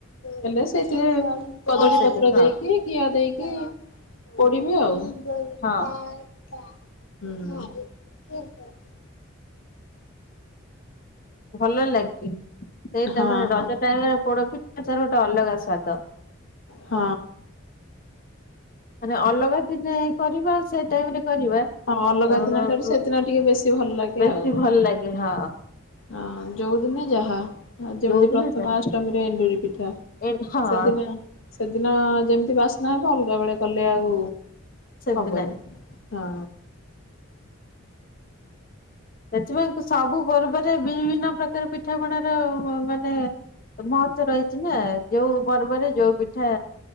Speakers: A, on the left; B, on the left.
A: ନେଲେ ସେ। ସେ କଦଳୀ
B: ବସେଇଦେ
A: ପତ୍ର
B: ହଁ
A: ଦେଇକି କିିଆ ଦେଇକି ପଡିବି ଆଉ। <inaudible>
B: ହଁ
A: ହୁଁ।
B: ଭଲ ଲାଗେ। ସେଇଟା
A: ହଁ
B: ପରା
A: ହଁ
B: ରଜ ଟାଇମରେ ପୋଡ଼ପିଠା। ତାରୋଟା ଗୋଟେ ଅଲଗ ସ୍ୱାଦ।
A: ହଁ।
B: ମାନେ ଅଲଗା ଦିନେ କରିବା ଆଉ ସେ ଟାଇମରେ କରିବା
A: ହଁ ଅଲଗା
B: ଅଁ
A: ଦିନ ଠାରୁ ସେଦିନ ଟିକେ ବେଶୀ ଭଲ ଲାଗେ
B: ବେଶୀ
A: ଆଉ।
B: ଭଲ ଲାଗେ ହଁ।
A: ହଁ ଯଉଦିନେ ଯାହା। ଆଉ ଯେମିତି
B: ଯୋଉଦିନ
A: ପ୍ରଥମା
B: ଯାହା
A: ଅଷ୍ଟମୀରେ ଏଣ୍ଡୁରି ପିଠା
B: ଏ ହଁ
A: ସେଦିନ ସେ ଦିନ ଯେମିତି ବାସ ନା ଅଲଗା ବେଳେ କଲେ ଆଉ
B: ସେମିତି
A: ହବନି
B: ନାଇଁ
A: ହଁ।
B: ସେଥିପାଇଁ ସବୁ ପର୍ବରେ ବିଭିନ୍ନ ପ୍ରକାର ପିଠାପଣାର ମାନେ ମହତ୍ଵ ରହିଛି ନା ଯୋଉ ପର୍ବରେ ଯୋଉ ପିଠା।